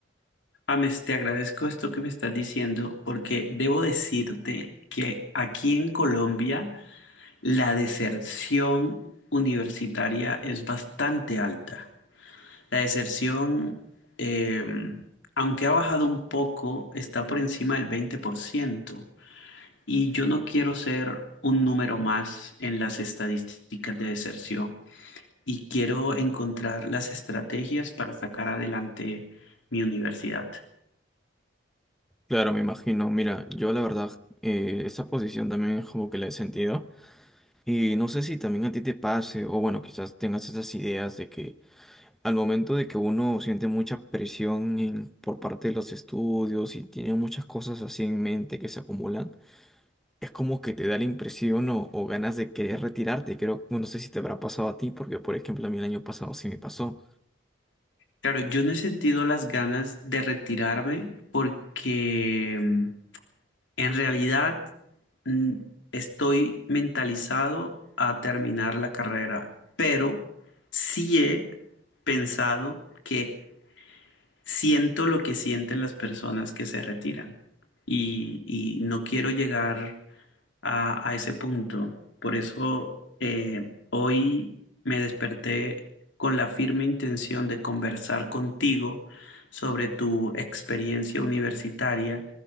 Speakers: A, on the left; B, in the centre.
A: Ames, te agradezco esto que me estás diciendo porque debo decirte que aquí en Colombia la deserción universitaria es bastante alta. La deserción, eh, aunque ha bajado un poco, está por encima del veinte por ciento Y yo no quiero ser un número más en las estadísticas de deserción y quiero encontrar las estrategias para sacar adelante mi universidad.
B: Claro, me imagino. Mira, yo la verdad, eh, esa posición también es como que la he sentido. Y no sé si también a ti te pase, o bueno, quizás tengas esas ideas de que al momento de que uno siente mucha presión en- por parte de los estudios y tiene muchas cosas así en mente que se acumulan, es como que te da la impresión o, o ganas de querer retirarte. Creo, no sé si te habrá pasado a ti, porque por ejemplo a mí el año pasado sí me pasó.
A: Claro, yo no he sentido las ganas de retirarme porque mm, en realidad mm, estoy mentalizado a terminar la carrera, pero sí he pensado que siento lo que sienten las personas que se retiran y, y no quiero llegar a, a ese punto. Por eso eh, hoy me desperté con la firme intención de conversar contigo sobre tu experiencia universitaria